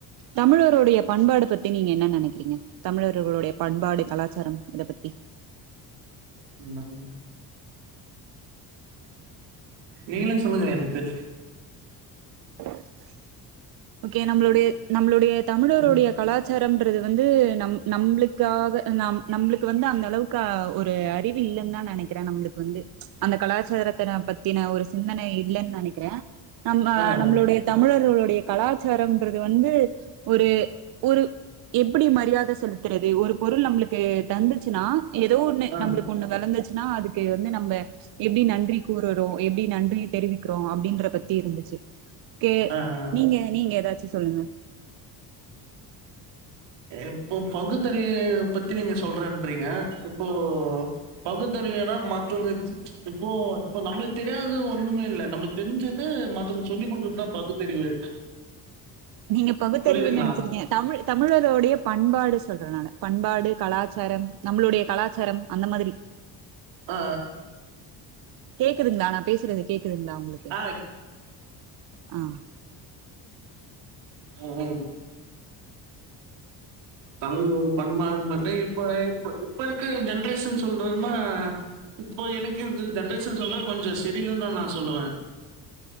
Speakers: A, on the right; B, on the right.
A: தமிழருடைய பண்பாடு பத்தி நீங்க என்ன நினைக்கிறீங்க தமிழர்களுடைய பண்பாடு கலாச்சாரம் இத பத்தி
B: உம் <unintelligible> நீங்கலே சொல்லுங்க எனக் தெரியல
A: ஆஹ <inaudible> ஓகே நம்மளுடைய நம்மளுடைய தமிழருடைய
B: ம்
A: கலாச்சார டம்ரது வந்து நம்ப நம்பளுக்காக நம்பளுக்கு வந்து அந்த அளவுக்கு ஒரு அறிவு இல்லைன்னு தா நினைக்கிற நம்பளுக்கு வந்து அந்த கலாச்சாரத்த பத்தி த்தி ஒரு சிந்தனை இல்லைன்னு நினைக்கிற நம்ப
B: ஆ ஆ
A: நம்மளுடைய தமிழர்களோட நம்முடையா கலாச்சாரம்ன்றது வந்து ஒரு ஒரு எப்படி மரியாத செலுத்துறது ஒரு பொருள் நம்மளுக்கு தந்துச்சுன்னா ஏதோ ஒண்ணு
B: ஆம்.
A: நம்மளுக்கு ஒண்ணு விளந்தச்சு நா அதுக்கு வந்து நம்ம எப்படி நன்றி கூறுறோ எப்படி நன்றி தெரிவிக்கிறோ அப்படின்ற பத்தி இருந்துச்சு கே
B: ஆ ஆ
A: நீங்க நீங்க ஏதாச்சு சொல்லுங்க
B: இப்போ பகுத்தறிவ பத்தி நீங்க சொல்றேன்றீங்க இப்போ பகுத்தறிவனா மத்தவங்க இப்போ இப்ப நம்மளுக்கு தெரியாது ஒண்ணுமே இல் நம்ம தெரிஞ்சது மத்தவங்க சொல்லி் கொடுக்கறதுதா பகுத்தறிவு
A: நீங்க பகுத்தறிவுன்னனு
B: புரியுதுங்களா
A: நினைச்சிருக்கீங்க தமிழ் தமிழருடைய பண்பாடு சொல்றேன் நான் பண்பாடு கலாச்சாரம் நம்மளுடைய கலாச்சாரம் அந்த மாதிரி
B: ஆ
A: கேக்குதுங்களா நா பேசுறது கேக்குதுங்களா உங்களுக்கு
B: ஆ ஆ
A: ஆஹ்
B: உம் தமிழ் ஒரு பண்பா பா இப்ப இப்ப இப்ப இருக்கு ஜென்ரேஷன் சொல்றன்னா இப்போ எனக்கு இந்த ஜென்ரேஷன் சொல்ற கொஞ்சோ செரி இல்லனு தா நா சொல்லுவ